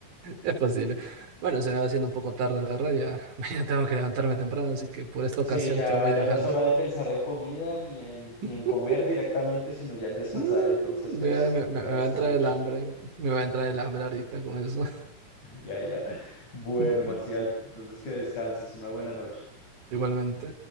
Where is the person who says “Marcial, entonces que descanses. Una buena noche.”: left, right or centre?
Left